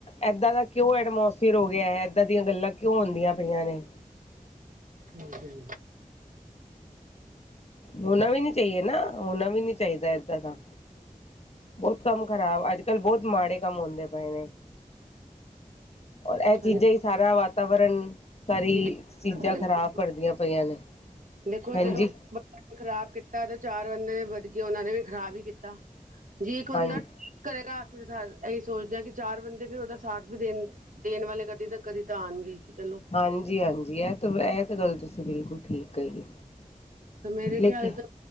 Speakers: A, on the left; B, on the right.
A: ਏਦਾਂ ਦਾ ਕਿਉਂ ਐਟਮੋਸਫੀਅਰ ਹੋ ਗਿਆ, ਏਦਾਂ ਦੀਆਂ ਗੱਲਾਂ ਕਿਉਂ ਆਦੀਆਂ ਪਈਆਂ ਨੇ।
B: ਹਾਜੀ।
A: ਹੋਣਾ ਵੀ ਨੀ ਚਾਹੀਏ ਨਾ ਹੋਣਾ ਵੀ ਨੀ ਚਾਹੀਦਾ ਏਦਾਂ ਦਾ। ਬਹੁਤ ਕੰਮ ਖਰਾਬ ਅੱਜ ਕੱਲ੍ਹ ਬਹੁਤ ਮਾੜੇ ਕੰਮ ਹੁੰਦੇ ਪਏ ਨੇ। ਰ ਇਹ
B: ਹਾਂਜੀ
A: ਚੀਜ਼ਾਂ ਹੀ ਸਾਰਾ ਵਾਤਾਵਰਨ ਸਾਰੀ
B: ਹਾਂਜੀ।
A: ਚੀਜ਼ਾਂ ਖ਼ਰਾਬ ਕਰਦੀਆਂ ਪਈਆਂ ਨੇ।
B: ਦੇਖੋ
A: ਹਾਂਜੀ
B: ਜਦੋਂ ਇੱਕ ਬੰਦੇ ਨੇ ਖ਼ਰਾਬ ਕੀਤਾ। ਤੇ ਚਾਰ ਬੰਦੇ ਵਧ ਕੇ ਉਹਨਾਂ ਨੇ ਵੀ ਖ਼ਰਾਬ ਹੀ ਕੀਤਾ। ਜੀ ਇੱਕ ਬੰਦਾ
A: ਹਾਂਜੀ
B: ਠੀਕ ਕਰੇਗਾ ਅਸੀਂ ਇਹੀ ਸੋਚਦੇ ਹਾਂ ਕਿ ਚਾਰ ਬੰਦੇ ਫਿਰ ਉਹਦਾ ਸਾਥ ਵੀ ਦੇਣ। ਦੇਣ ਵਾਲੇ ਕਦੇ ਤਾਂ ਕਦੀ ਤਾਂ ਆਣਗੇ ਕੀ ਚਲੋ।
A: ਹਾਂਜੀ ਹਾਂਜੀ ਇਹ ਤਾਂ ਇਹ ਤਾਂ ਗੱਲ ਤੁਸੀਂ ਬਿਲਕੁਲ ਠੀਕ ਕਹੀਏ।
B: ਮੇਰੇ
A: ਲੇਕਿਨ
B: ਖਿਆਲ ਚ